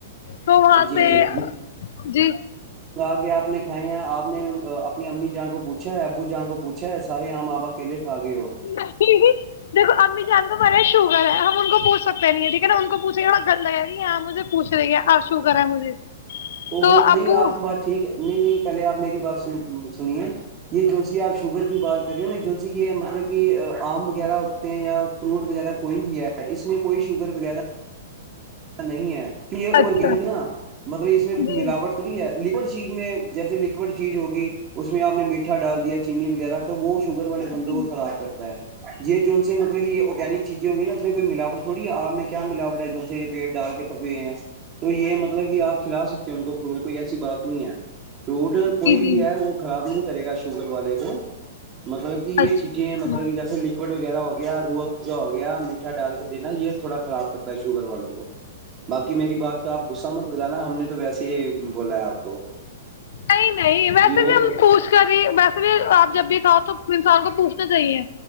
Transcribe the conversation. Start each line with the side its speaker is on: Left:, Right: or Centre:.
Left: تو وہاں
Right: جی
Left: سے
Right: جی
Left: جی
Right: آگے آپ نے کھائے ہیں آپ نے اپنی امی جہاں کو پوچھا ہے ابو جہاں کو پوچا سارے آام آپ اکیلے کھا گئے ہو
Left: نہیں دیکھو امی جنگ مارے شو ہم ان کو پوچ سکتے نہیں ٹھیک ہےا ان کو پوچھ گا لای یہاں مجھے پوھ رہی ہے آپ شو کرا مجھے
Right: ا
Left: تو
Right: وہ نہیں
Left: ابو
Right: آپ کی بات ٹھیک ہے نہیں نہیں پہلے آپ نہیں بس میں سنیے یہ جو ج آپ شوگر کی بات کر رہی ہو نا جن سے یہ مطلب کہ آم وغیرہ ہوتے ہیں یا فروٹ وغیرہ کوئی بھی ہے اس میں کوئی شوگر وغیرہ نہیں ہے کہ یہ
Left: اچھا
Right: آرگینک ہے نا مطلب اس میں ایک
Left: جی
Right: ملاوٹ تھوڑی ہے لکوڈ چیز میں جیسے لکوڈ چیز ہوگی اس میں آپ نے میٹھا ڈال دیا چینی وغیرہ تو وہ شوگر والے بندوں
Left: جی
Right: کو خراب کرتا ہے یہ جوون سے مطلب یہ آرگینک چیزیں ہ گی نا اس میں کوئی ملاوٹ تھوڑی آپ میں کیا ملاوٹ ہے جو پیٹ ڈال کے پکے ہیں تو یہ مطلب کہ آپ کھلا سکتے ہیں ان کو فروٹ کوئی ایسی بات نہیں ہے روڈ کوئی
Left: جی
Right: بھی
Left: جی
Right: ہے وہ خراب نہیں کرے گا شوگر والے کو مطلب کہ یہ
Left: اچھا
Right: چیزیں ہیں مطلب
Left: ہاں
Right: کہ جیسے لکوڈ وغیرہ ہو گیا رواا ہو گیا میٹھا ڈال کر دینا یہ تھوڑا خراب کرتا ہے کر ل بقی میری بات کا آپ غصہ م جانا ہم نے تو ویسے ہی بولا ہے آپ کو
Left: نہیں نہیں ویسے
Right: جی
Left: بھی
Right: اور
Left: ہم
Right: بت-
Left: پوچھ کری ویسے بھی آپ جب بھی کھاؤ تو انسان کو پوچھ تو صحیح ہے